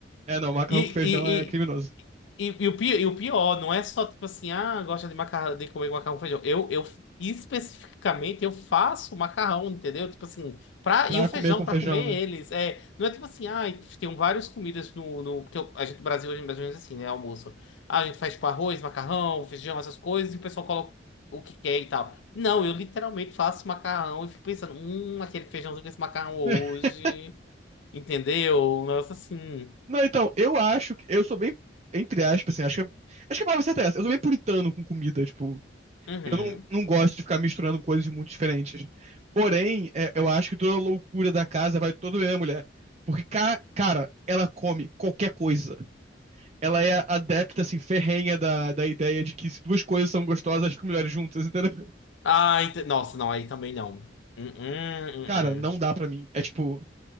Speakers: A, on the right; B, on the left.
A: É, não, macarrão
B: E,
A: com feijão é criminoso.
B: e, E, e o pior, e o pior, não é só tipo assim, ah, gosta de macarrão, de comer macarrão com feijão. Eu, eu especificamente eu faço macarrão, entendeu? Tipo assim, pra,
A: Pra
B: e o feijão
A: comer com feijão,
B: para comer
A: né?
B: eles. É, não é tipo assim, ah, tem várias comidas no, no porque eu- a gente no Brasil hoje é mais ou menos assim, né, almoço. Ah, a gente faz tipo arroz, macarrão, feijão, essas coisas e o pessoal coloca o que quer e tal. Não, eu literalmente faço macarrão e fico pensando, hum, aquele feijãozinho com esse macarrão hoje,
A: <laughs>
B: entendeu? Um negócio assim.
A: Não, então, eu acho que. Eu sou bem, entre aspas, assim, acho que, acho que a palavra certa é essa. Eu sou bem puritano com comida, tipo.
B: Uhum.
A: Eu não, não gosto de ficar misturando coisas muito diferentes. Porém, é, eu acho que toda a loucura da casa vai toda bem a minha mulher. Porque, ca- cara, ela come qualquer coisa. ela é adepta, assim, ferrenha da, da ideia de que se duas coisas são gostosas, elas ficam melhores juntas, entendeu?
B: Ah, ent- nossa, não, aí também não. Hum, hum,
A: Cara, não
B: hum,
A: dá pra mim. É tipo,